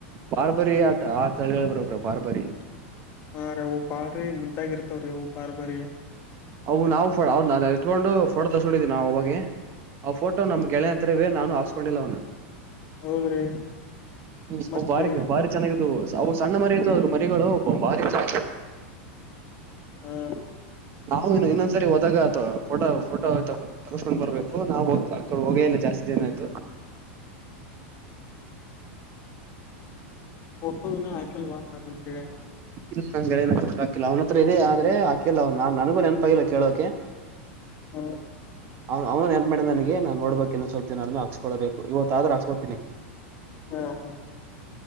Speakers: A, on the right (about 35°); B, on the left (about 35°).
A: ಬಾರ್ಬರಿ ಆಟ ಆಟಳ ಹೇಳಳ್ಬರಬ್ರ ಬಾರ್ಬರಿ
B: ಹಾ ರೀ ಹವು ಬಾಳ್ರಿ ಮುದ್ದಾಗಿರ್ತವ್ರೀ ಹೂವು ಬಾರ್ ಬಾರಿ
A: ಅವು ನಾವು ನ ಇತ್ಕೊಂಡು ಫೋಟೋ ತಸ್ಕೊಂಡಿದೀವಿ ನಾವು ಅವಾಗಗೆ ಅವ ಫೋಟೋ ನಮ್ ಗೆಳೆ ಹತ್ರವೇ ನಾನು ಹಾಸ್ಕೊಂಡಿಲ್ಲ ಅವ್ನ
B: ಹೌದ್ರಿ
A: ಹ್ಮ
B: ಮತ್ತೆ
A: ಬಾರಿ ಭಾರಿ ಚೆನ್ನಾಗಿತ್ತು ಅವು ಸಣ್ಣ ಮರಿ ಅವ್ರ ಮರಿಗಳು ಒಬ್ಬೊಂಬಾರಿ ಚಾ
B: ಹಾ
A: ನಾವು ಇನ್ನೊಂದ್ಸರಿ ಹೋದಾಗ ಅಥವಾ ಫೋಟೋ ಫೋಟೋ ತಗರ್ಸ್ಕೊಂಡ್ ಬರ್ಬೇಕು ನಾವ್ ಹೋಗ್ಬೇಕ ತೊಂಡ ಹೋಗೇ ಇಲ್ಲ ಜಾಸ್ತಿ ಜನ ಆಯ್ತು
B: ಟ್ಟೋನ ಆಯ್ಕಲ್ವಾ ನಿಮ್ಗೆಡೆ
A: ನ ಹಾಕಿಲ್ಲ ಅವ್ನ ಹತ್ರ ಇದೆ ಆದ್ರೆ ಹಾಕಿಲ್ಲ ಅವ ನನಗೂ ನೆನಪ ಇಲ್ಲ ಕೇಳೋಕೆ
B: ಹ
A: ಅವ ಅವ್ನು ನನ್ ಮಾಡಿದ ನನಗೆ ನನ್ ನೋಡ್ಬೇಕು ಲ್ ಾದೆ ಹಾಸ್ಕೊಳ್ಬೇಕು ಇವತ್ತು ಆದ್ರ ಹಾಕ್ಕತಿನಿ
B: ಹಾ ಹಾ ಹಾ